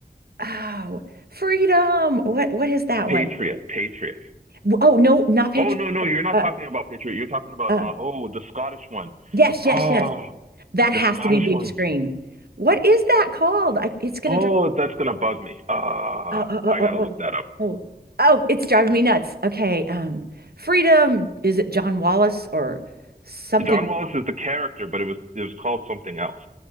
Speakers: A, on the right; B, on the right.
A: oh, Freedom. What what is that
B: <laughs> Patriot,
A: one?
B: Patriot.
A: W- Oh, no, not Patriot.
B: Oh no no, you're not
A: Uh,
B: talking about Patriot. You're talking about
A: uh,
B: uh, oh the Scottish one.
A: yes, yes,
B: Ah,
A: yes. That
B: the
A: has
B: Scottish
A: to be big
B: one.
A: screen. What is that called? I, it's going
B: Oh,
A: to
B: that's gonna bug me. Ah,
A: Oh, oh,
B: uh,
A: oh,
B: I
A: oh,
B: gotta
A: oh,
B: look that up.
A: oh, oh, it's driving me nuts. Okay, um, Freedom, is it John Wallace or something?
B: John Wallace is the character, but it was it was called something else.